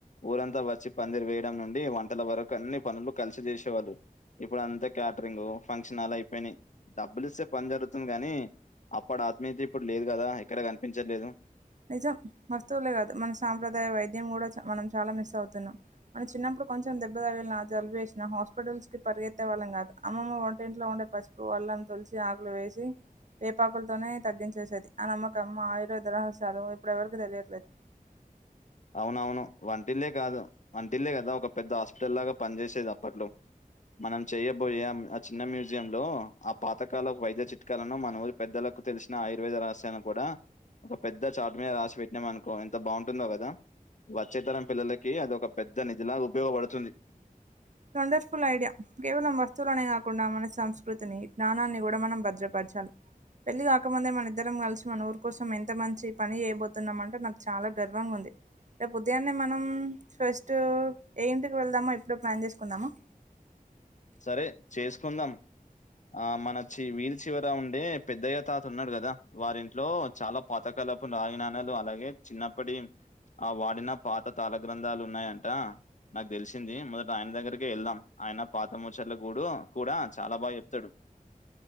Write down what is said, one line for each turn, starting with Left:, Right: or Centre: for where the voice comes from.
Left: ఊరంతా వచ్చి పందిరి వేయటం నుండి వంటల వరకు అన్ని పనులు కలిసి చేసేవాళ్ళు ఇప్పుడంతా క్యాటరింగ్ ఫ క్షణాలయిపోయినాయ్ డబ్బులిస్తే పని జరుగుతుంది గాని అప్పడు ఆత్మీయత ఇప్పుడు లేదు కదా ఎక్కడ కనిపించట్లేదు
Right: నిజం వస్తువులే కాదు మన సాంప్రదాయ వైద్యం కూడా చ మనం చాలా మిస్ అవుతున్నాం మన చిన్నప్పుడు కొంచెం దెబ్బదగిలిన జలుబు చేసిన హాస్పిటల్ కి పరిగెత్తే వాళ్ళం కాదు అమ్మమ్మ వంటింట్లో ఉండే పసుపు వాళ్ తులసి ఆకులు వేసి వేపాకులతోనే తగ్గించేసేది ఆ నమ్మక అమ్మ ఆయుర్వేద రహస్ చాలు ఇప్పుడు ఎవరికి తెలియట్లేదు
Left: అవునవును వంటిల్లే కాదు వంటిల్లే కదా ఒక పెద్ద హాస్పిటల్ లాగా పనిచేసేది అప్పట్లో మనం చెయ్యబోయే ఆ చిన్న మ్యూజియ లో ఆ పాతకాల వైద్య చిట్కాలను మన పెద్దల నా తెలిసిన ఆయుర్వేద రహస్యాలు కూడా ఒక పెద్ద చాటు మీద రాసి పెట్టినాం అనుకో ఎంత బాగుంటుందో కదా వచ్చేతరం పిల్లలకి అది ఒక పెద్ద నిధిలాగా ఉపయోగపడుతుంది
Right: వండర్ఫుల్ ఐడియా కేవలం వస్తువులనే కాకుండా మన సంస్కృతిని జ్ఞానాన్ని కూడా మనం భద్రపడ చాలి పెళ్లి కాకముందే మన ఇద్దరం కలిసి మన ఊరు కోసం ఎంత మంచి పని చేయబోతున్నామంటే నాకు చాలా గర్వంగా ఉంది రేపు ఉదయాన్నే మనం ఫస్ట్ ఏ ఇంటికి వెళ్దామో ఇప్పుడో ప్లాన్ చేసుకు కుందామా
Left: సరే చేసుకుందాం ఆ మన చి విధి చివర ఉండే పెద్ద్య తాత ఉన్నాడు కదా వారింట్లో చాలా పాతక కాలపు రాగి నాణాలు అలాగే చిన్నప్పటి ఆ వాడిన పాత తాలగ్రంథాలు ఉన్నాయంట నాకు తెలిసింది మొదట ఆయన దగ్గరికే వెళ్దాం ఆయన పాతముచట్ల గడు కూడా చాలా బాగా చెప్తాడు